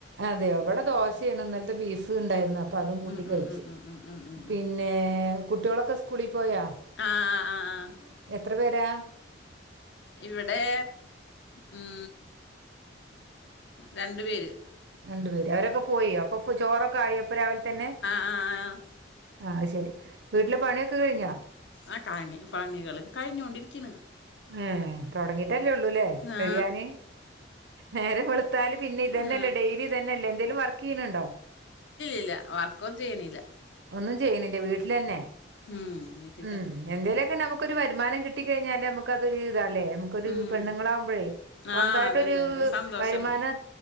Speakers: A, on the right (about 70°); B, on the left (about 70°).
A: അതെയോ ഇവടെ ദോശേണ് ഇന്നൽത്തെ ബീഫ് ഇണ്ടായ്രുന്നു അപ്പൊ അതും കൂട്ടി
B: ഉം
A: കഴിച്ചു.
B: ഉം ഉം
A: പി
B: ഉം ഉം ഉം ഉം
A: പിന്നെ
B: ഉം
A: കുട്ട്യോളൊക്കെ സ്കൂളി പോയാ?
B: ആഹ് ആഹ് ആഹ് ആഹ്
A: എത്ര പേരാ?
B: ഇവടെ ഉം രണ്ട് പേര്.
A: രണ്ട് പേര് അവരൊക്കെ പോയി അപ്പൊ ഇപ്പൊ ചോറൊക്കെ ആയോ ഇപ്പൊ രാവിൽ തന്നെ?
B: ആഹ് ആഹ്.
A: അത്‌ശരി വീട്ട്ലെ പണിയൊക്കെ കഴിഞ്ഞാ?
B: ആഹ് കണി പണികള് കഴിഞ്ഞോണ്ടിരിക്കിണ്‌.
A: ഏഹ് തുടങ്ങിട്ടല്ലേള്ളൂല്ലേ
B: ആ
A: കഴിയാന് നേരംവെളുത്താല് പിന്നെത്തെന്നെല്ലേ
B: ആ
A: ഡെയിലിതെന്നെല്ലേ എന്തെേലും വർക്കെയ്യുണുണ്ടോ
B: ഇല്ല വർക്കൊന്നും ചെയ്യണില്ല
A: ഒന്നുംചെയ്യിണില്ല്യ വീട്ടിലെന്നെ
B: ഉം വീട്ടിൽ
A: ആഹ്
B: തന്നെ
A: എന്തേലൊക്കെ നമുക്കൊരു വരുമാനം കിട്ടികഴിഞ്ഞാല് നമു ക്കതൊരുതാല്ലേ നമുക്കൊരു
B: ഉം
A: പെണ്ണുങ്ങളാകുമ്പഴേ സ്വന്തായിട്ടൊരു
B: ആ അതന്നെ ഒരു സന്തോഷം
A: വരുമാനക